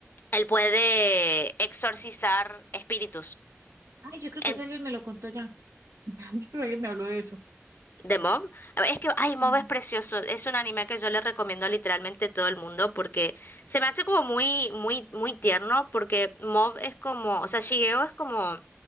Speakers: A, on the left (about 45°); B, on the right (about 80°).
A: él puede exorcizar espíritus.
B: Ay, yo creo
A: En,
B: que eso alguien me lo contó ya. <laughs> Yo creo que me habló de eso.
A: ¿de Mob? Es que,
B: Sí.
A: ay, Mob es precioso. Es un anime que yo le recomiendo literalmente a todo el mundo porque se me hace como muy, muy, muy tierno porque Mob es como, o sea, Shigeo es como